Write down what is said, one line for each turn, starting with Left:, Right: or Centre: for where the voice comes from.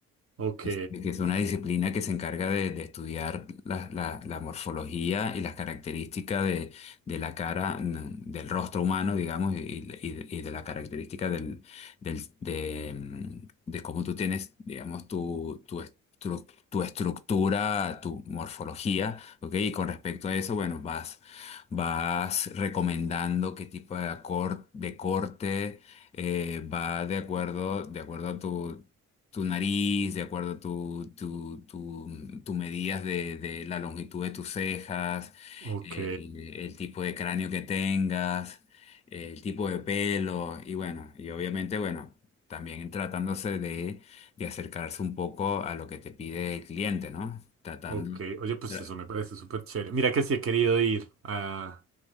Right: Ok,
Left: Este, que es una disciplina que se encarga de, de estudiar la, la- la morfología y las características de, de la cara, mm, del rostro humano, digamos, y, y- y de la característica del, del- de, mm, de cómo tú tienes, digamos, tu, tu, estru- tu estructura, tu morfología, ¿ok? Y con respecto a eso, bueno, vas, vas recomendando qué tipo de, acor- de corte eh, va de acuerdo, de acuerdo a tu tu nariz, de acuerdo a tu, tu, tu, tu medidas de, de la longitud de tus cejas,
Right: ok,
Left: el, el tipo de cráneo que tengas, el tipo de pelo, y bueno, y obviamente, bueno, también tratándose de, de acercarse un poco a lo que te pide el cliente, ¿no? Tratando.
Right: ok. Oye, pues
Left: tra-
Right: eso me parece súper chévere. Mira que sí he querido ir a,